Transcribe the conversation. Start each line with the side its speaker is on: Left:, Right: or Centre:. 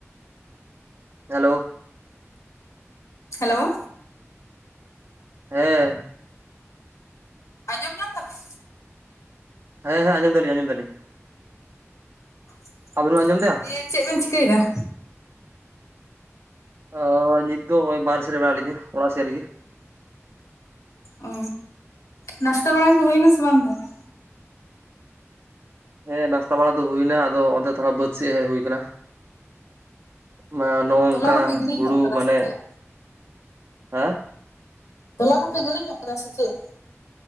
Right: ᱦᱮᱞᱳ ᱾
Left: ᱦᱮᱞᱳ ᱾
Right: ᱦᱮᱸ ᱾
Left: ᱟᱸᱡᱚᱢ ᱧᱟᱢ ᱫᱟᱵᱮᱱ?
Right: ᱦᱮᱸ ᱦᱮᱸ, ᱟᱸᱡᱚᱢ ᱫᱟᱹᱞᱤᱧ, ᱟᱸᱡᱚᱢ ᱫᱟᱹᱞᱤᱧ ᱾
Left: <unintelligible>
Right: ᱟᱵᱮᱱ ᱵᱮᱱ ᱟᱸᱡᱚᱢ ᱫᱟ?
Left: ᱫᱤᱭᱮ ᱪᱮᱫ ᱵᱮᱱ ᱪᱤᱠᱟᱹᱭᱮᱫᱟ?
Right: ᱚ, ᱱᱤᱛ ᱫᱚ ᱦᱚᱸᱜᱼᱚᱭ ᱵᱟᱨᱦᱮ ᱥᱮᱫ ᱨᱮ ᱢᱮᱱᱟᱜ ᱞᱤᱧᱟᱹ, ᱚᱲᱟᱜ ᱥᱮᱫ ᱨᱮ ᱜᱮ ᱾
Left: ᱚ, ᱱᱟᱥᱛᱟ ᱵᱟᱲᱟ ᱠᱚ ᱦᱩᱭᱱᱟ ᱥᱮ ᱵᱟᱝ ᱛᱟᱦᱚᱞᱮ?
Right: ᱦᱮᱸ, ᱱᱟᱥᱛᱟ ᱵᱟᱲᱟ ᱫᱚ ᱦᱩᱭ ᱮᱱᱟ ᱾ᱟᱫᱚ ᱚᱱᱛᱮ ᱛᱷᱚᱲᱟ ᱵᱟᱹᱫᱽ ᱥᱮᱡ ᱦᱮᱡ ᱦᱩᱭ ᱟᱠᱟᱱᱟ ᱾ ᱱᱚᱜᱼ ᱱᱚᱝᱠᱟ
Left: ᱛᱚᱞᱟ ᱠᱚᱯᱮ ᱜᱤᱲᱤ
Right: ᱦᱩᱲᱩ
Left: ᱧᱚᱜ ᱠᱟᱫᱟ
Right: ᱢᱟᱱᱮ,
Left: ᱥᱮ ᱪᱮᱫ?
Right: ᱦᱮᱸ?
Left: ᱛᱚᱞᱟ ᱠᱚᱯᱮ ᱜᱤᱲᱤ ᱧᱚᱜ ᱠᱟᱫᱟ ᱥᱮ ᱪᱮᱫ?